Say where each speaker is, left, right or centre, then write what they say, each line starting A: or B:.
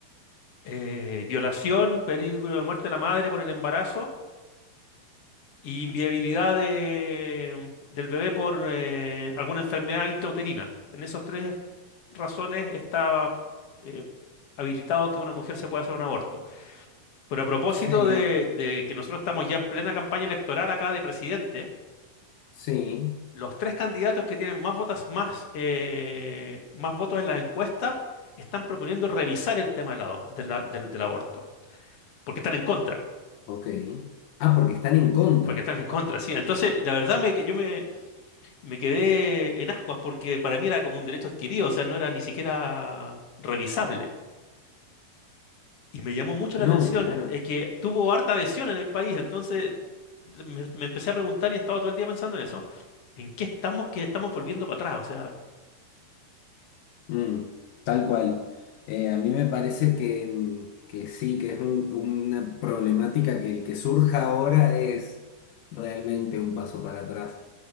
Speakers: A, on the left; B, on the left.
A: eh, violación, peligro de muerte de la madre por el embarazo y inviabilidad de- del bebé por eh, alguna enfermedad intrauterina. En esas tres razones está eh, habilitado que una mujer se pueda hacer un aborto. Pero a propósito
B: Sí,
A: de, de que nosotros estamos ya en plena campaña electoral acá de presidente,
B: sí,
A: los tres candidatos que tienen más votas, más, eh, más votos en las encuestas están proponiendo revisar el tema de la- de la- del, del aborto, porque están en contra,
B: ok. Ah, porque están en contra.
A: porque están en contra, sí. Entonces, la verdad me, yo me, me quedé en ascuas porque para mí era como un derecho adquirido, o sea, no era ni siquiera revisable. Y me llamó mucho la
B: No,
A: atención
B: claro.
A: eh, que tuvo harta adhesión en el país, entonces me, me empecé a preguntar y he estado todo el día pensando en eso. ¿En qué estamos que estamos volviendo para atrás? O sea,
B: Mm, tal cual. Eh, a mí me parece que, mm, que sí, que es un- una problemática que el que surja ahora es realmente un paso para atrás.